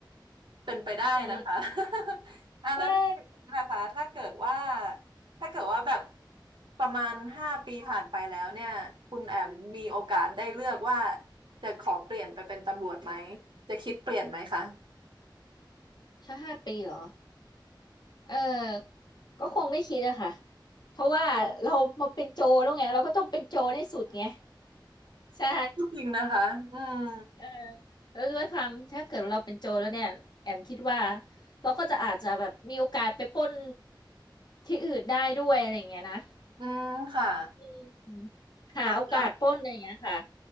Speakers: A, on the right; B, on the left.
A: เป็นไปได้นะคะ
B: อืม
A: <laughs> อ่ะแล้วนอกจากนี้นะคะถ้าเกิดว่า
B: ใช่
A: ถ้าเกิดว่าแบบประมาณห้าปีผ่านไปแล้วเนี่ยคุณแอมมีโอกาสได้เลือกว่า
B: อืม
A: จะขอเปลี่ยนไปเป็นตำรวจไหมจะคิดเปลี่ยนไหมคะ
B: ถ้าห้าปีเหรอเออก็คงไม่คิดอะค่ะเพราะว่าเรามาเป็นโจรแล้วไงเราก็ต้องเป็นโจรให้สุดไงใช่
A: จริงนะคะอืม
B: เออแล้วด้วยความถ้าเกิดเราเป็นโจรแล้วเนี่ยแอมคิดว่าเราก็จะอาจจะแบบมีโอกาสไปปล้นที่อื่นได้ด้วยอะไรอย่างเงี้ยนะ
A: อืมค่ะ
B: อืมหาโอกาสปล้นอะไรอย่างเงี้ยค่ะ
A: อ่ะแล้ว